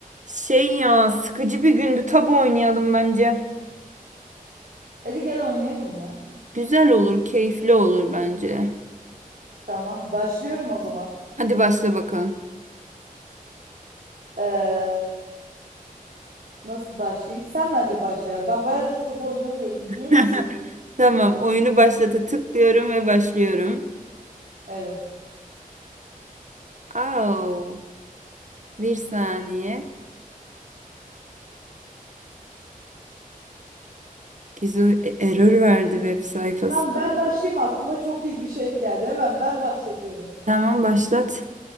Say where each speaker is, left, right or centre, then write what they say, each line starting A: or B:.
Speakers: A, on the right; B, on the right.
A: Şey ya sıkıcı bir gündü. Tabu oynayalım bence.
B: Hadi gel oynayalım ya.
A: Güzel olur, keyifli olur bence.
B: Tamam, başlıyorum o zaman.
A: Hadi başla bakalım.
B: Ee, nasıl başlayayım? Sen bence başla ya. Ben bayağıdır tabu oynamıyorum biliyor
A: <laughs>
B: musun?
A: Tamam, oyunu başlata tıklıyorum ve başlıyorum.
B: Evet.
A: Au, bir saniye. Gizu e- error verdi web sayfası.
B: Tamam ben başlayayım aklıma çok iyi bir şey geldi. Hemen ben başlatıyorum.
A: Tamam başlat.